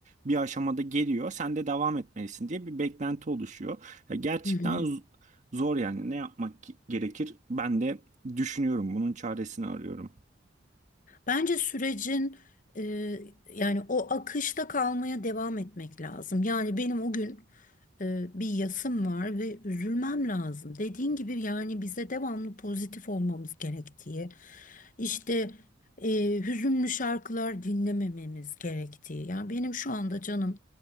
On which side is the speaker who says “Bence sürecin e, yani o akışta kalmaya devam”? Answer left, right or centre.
Left